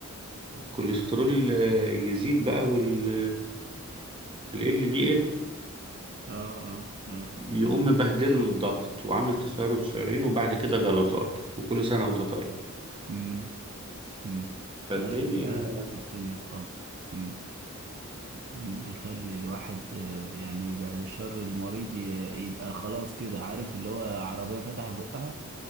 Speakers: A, on the right; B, on the right.
A: الكوليسترول آه، يزيد بقى وال ال LDL
B: اه اه اه
A: يقوم مبهدل له الضغط وعامل تسرب شرايين وبعد كده جلطات وكل سنة وانت طيب
B: مم، مم.
A: فالدنيا
B: لا يبهدل الدنيا خالص مم. يخلي الواحد آه، يعني بعد الشر المريض ي- يبقى خلاص كده عارف اللي هو عربية فتح بقها